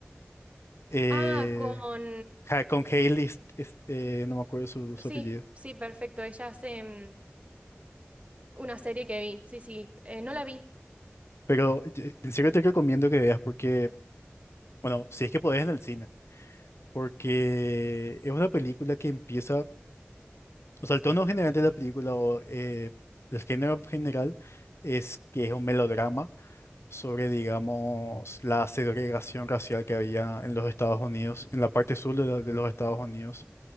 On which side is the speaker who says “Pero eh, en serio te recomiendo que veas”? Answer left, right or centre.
Left